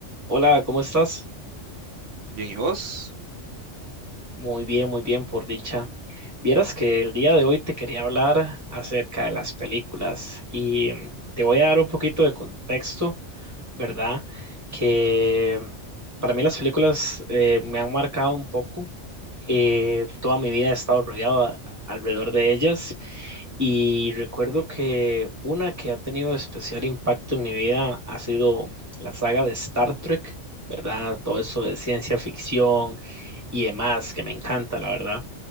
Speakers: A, on the right; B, on the right.
A: Hola, ¿cómo estás?
B: Bien, ¿y vos?
A: Muy bien, muy bien, por dicha. Vieras que el día de hoy te quería hablar acerca de las películas y mm, te voy a dar un poquito de contexto, ¿verdad? Que mm, para mí las películas eh, me han marcado un poco. Eh, toda mi vida he estado rodeado a- alrededor de ellas y recuerdo que una que ha tenido especial impacto en mi vida ha sido la saga de Star Trek, ¿verdad? Todo eso de ciencia ficción y demás, que me encanta, la verdad.